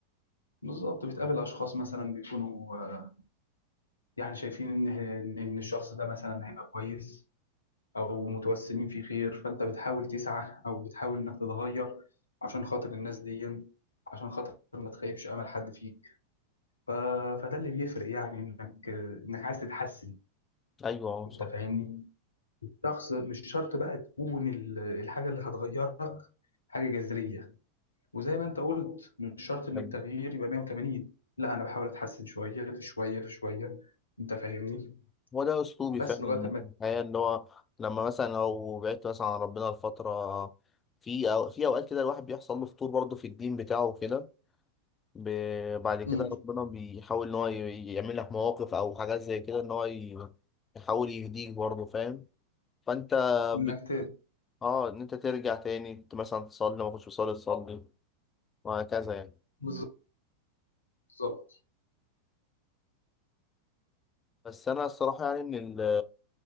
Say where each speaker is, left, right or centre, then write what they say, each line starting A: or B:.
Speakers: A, on the left (about 75°); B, on the left (about 20°).
A: بالظبط بتقابل اشخاص مثلا بيكونوا آه، يعني شايفين ان ان إن الشخص ده مثلا هيبقى كويس او متوسمين في خير فانت بتحاول تسعى او بتحاول انك تتغير عشان خاطر الناس دي عشان خاطر ما تخيبش امل حد فيك ف... فده اللي بيفرق يعني انك انك عايز تتحسن
B: أيوه أه صح
A: انت فاهمني شخص مش شرط بقى تكون ال- الحاجة اللي هتغيرك حاجة جذرية وزي ما انت قلت مش شرط ان
B: أيوه
A: التغيير يبقى 180 لا انا بحاول اتحسن شوية في شوية في شوية انت فاهمني
B: هو ده أسلوبي
A: بس
B: فعلا
A: لغاية ما
B: في الحياة إن هو لما مثلا لو بعدت مثلا عن ربنا لفترة في أو في أوقات كده الواحد بيحصل له فتور برضه في الدين بتاعه وكده ب- بعد كده
A: مم.
B: ربنا بيحاول إن هو ي- يعمل لك مواقف أو حاجات زي كده إن هو ي- يحاول يهديك برضه فاهم فأنت
A: انك
B: بت...
A: ت-
B: أه إن أنت ترجع تاني ت- مثلا تصلي ما كنتش بتصلي تصلي وهكذا يعني
A: بالظبط بالظبط.
B: بس أنا الصراحة يعني من ال